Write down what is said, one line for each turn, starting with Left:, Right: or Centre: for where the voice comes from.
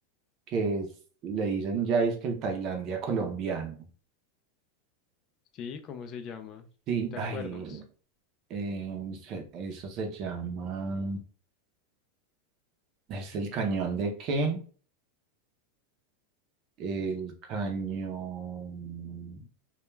Right: que es, le dicen ya es que el Tailandia colombiano.
Left: Sí, ¿cómo se llama?
Right: Sí,
Left: ¿Te
Right: ay,
Left: acuerdas?
Right: Eh, se- eso se llama, ¿es el cañón de qué? El cañón,